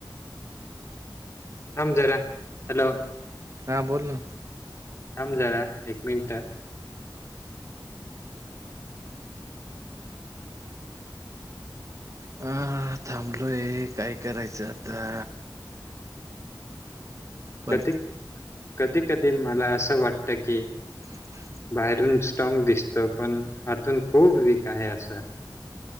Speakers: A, on the left (about 35°); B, on the right (about 40°).
A: थांब जरा हॅलो.
B: हां बोल ना.
A: थांब जरा एक मिनिटं.
B: हा थांबलोय काय करायचं आता? पर
A: कधी, कधी कधी मला असं वाटतं की
B: <inaudible>
A: बाहेरुन स्ट्रॉग दिसतो पण आातून खूप वीक आहे असं.